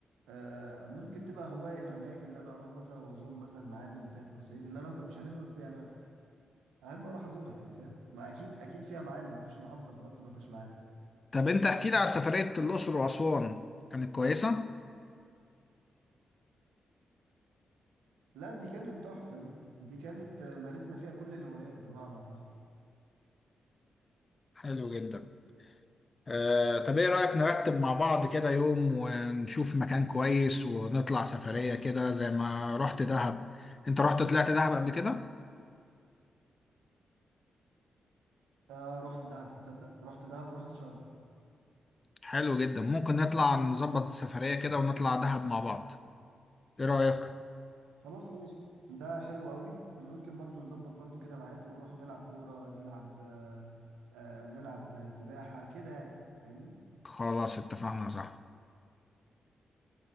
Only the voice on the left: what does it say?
طب انت احكي لي على سفرية الاقصر واسوان كانت كويسة
حلو جدا آه، طب ايه رأيك نرتب مع بعض كده يوم ونشوف مكان كويس ونطلع سفرية كده زي ما رحت دهب انت رحت طلعت دهب قبل كده
حلو جدا ممكن نطلع نظبط السفرية كده ونطلع دهب مع بعض ايه رأيك
خلاص اتفقنا صح